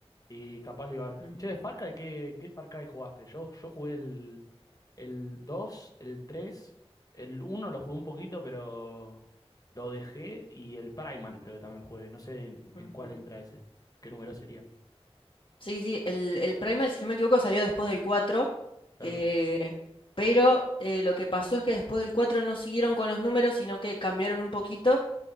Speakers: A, on the left (about 35°); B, on the left (about 50°).
A: Y capaz lo iba a ver.
B: Ujú,
A: Che, de Far Cry, ¿qué, qué Far Cry jugaste? Yo, yo jugué el, el 2, el 3, el uno lo jugué un poquito, pero lo dejé. Y el Primal creo que también jugué. No sé en, en
B: ujú.
A: cuál entra ese. ¿Qué número sería?
B: Sí, sí, el, el Primal, si no me equivoco, salió después del cuatro
A: Claro.
B: eh, pero eh, lo que pasó es que después del 4 no siguieron con los números, sino que cambiaron un poquito,